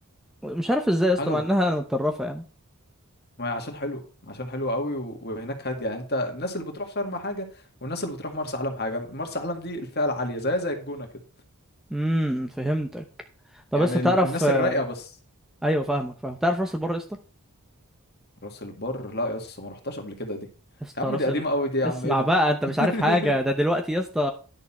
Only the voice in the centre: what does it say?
مش عارف ازاي يا اسطى
مع
انها متطرفه يعني
امم فهمتك طب
لسه
تعرف
آه،
ايوه فاهمك فاهم تعرف راس البر يا اسطى
يا اسطى
راس
ال...
اسمع
بقى انت مش
عارف حاجه ده دلوقتي يا اسطى